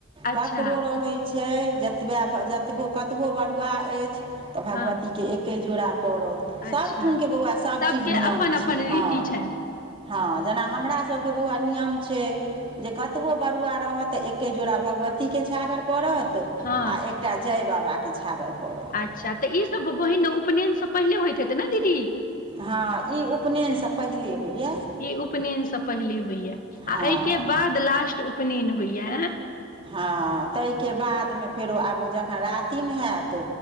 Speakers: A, on the left; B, on the right.
A: अच्छा
B: ककरो रहै छै जतबै जतबो कतबो बरुआ अछि त भगवतीके
A: हँ
B: एके जोड़ा पड़त
A: अच्छा
B: सभठुनके बौआ सभचीज
A: सबके
B: नियम
A: अपन अपन
B: छै
A: रीति
B: हँ
A: छनि
B: हँ जेना हमरासबके बौआ नियम छै जे कतबो बरुआ रहत त एके जोड़ा भग वती के छागर पड़त आ
A: हँ
B: एकटा जय बाबा के छागर पड़त
A: अच्छा तऽ ईसभ बहिन उपनयन सँ पहिले होइत हेतैय ने दीदी
B: हँ ई उपनयन से पहिले होइया
A: ई उपनयन से पहिले होइया
B: हँ
A: आ एहिके बाद लास्ट उपनयन होइया
B: हँ ताई के बाद मे फेरो आब ओ जखन रातिमे हत